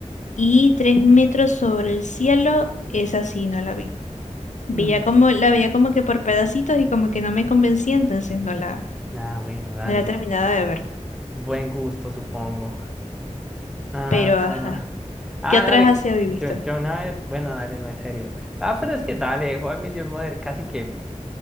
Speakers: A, on the left; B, in the centre.
A: Y Tres metros sobre el cielo, esa sí no la vi. Veía
B: Mm,
A: como, la veía como que por pedacitos y como que no me convencía, entonces no la,
B: Ah, bueno, dale.
A: no la terminaba de ver.
B: Buen gusto, supongo. Ah,
A: Pero ajá,
B: ah,
A: ¿qué otras
B: dale.
A: así habéis
B: Yo,
A: visto?
B: yo una vez, bueno, dale, no es serio. Ah, pero es que dale, How I Met Your Mother casi que